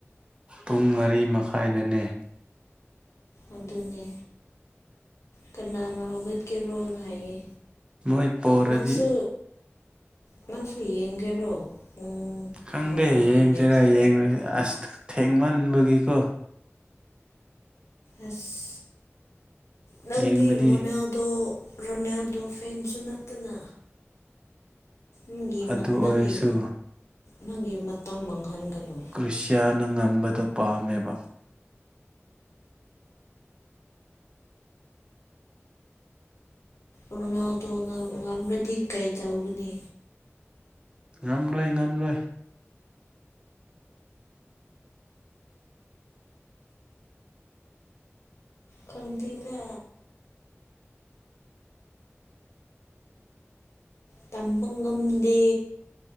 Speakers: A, on the right; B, on the left.
A: ꯄꯨꯡ ꯃꯔꯤ ꯃꯈꯥꯏꯗꯅꯦ
B: ꯑꯗꯨꯅꯦ ꯀꯅꯥꯅ ꯍꯧꯒꯠꯀꯦꯔꯣꯅ ꯍꯥꯏꯌꯦ
A: ꯃꯣꯏ ꯄꯣꯔꯗꯤ
B: ꯅꯪꯁꯨ ꯅꯪꯁꯨ ꯌꯦꯡꯒꯦꯔꯣ ꯄꯨꯡ
A: ꯈꯪꯗꯦ
B: ꯃꯔꯤꯒꯤ
A: ꯌꯦꯡꯁꯤꯔꯥ
B: ꯃꯦꯠꯁꯇꯣ
A: ꯌꯦꯡꯔꯣꯢꯁꯤꯔ ꯑꯁ ꯊ ꯊꯦꯡꯃꯟꯕꯒꯤꯀꯣ
B: ꯑꯁ ꯅꯪꯗꯤ
A: ꯌꯦꯡꯕꯗꯤ
B: ꯔꯣꯅꯥꯜ ꯗꯣ ꯔꯣꯅꯥꯜꯗꯣ ꯐꯦꯟꯁꯨ ꯅꯠꯇꯅ ꯅꯪꯒꯤ
A: ꯑꯗꯨ
B: ꯃꯠ ꯅꯪꯒꯤ
A: ꯑꯣꯏꯔꯁꯨ
B: ꯅꯪꯒꯤ ꯃꯇꯝ ꯃꯥꯡꯍꯟꯒꯅꯨ
A: ꯀ꯭ꯔꯨꯁꯤꯌꯥꯅ ꯉꯝꯕꯗꯣ ꯄꯥꯝꯃꯦꯕ
B: ꯔꯣꯅꯥꯜꯗꯣꯅ ꯉꯝꯔꯗꯤ ꯀꯩꯗꯧꯒꯅꯤ
A: ꯉꯝꯂꯣꯏ ꯉꯝꯂꯣꯏ
B: ꯈꯪꯗꯦꯕ ꯇꯝꯕ ꯉꯝꯗꯦ